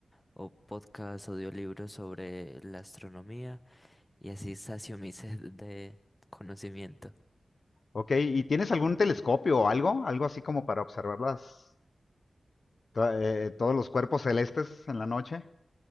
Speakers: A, on the left; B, on the left.
A: o podcasts, audiolibros sobre la astronomía y así sacio mi <laughs> sed de conocimiento.
B: Ok, ¿y tienes algún telescopio o algo? ¿Algo así como para observar las, to- eh, todos los cuerpos celestes en la noche?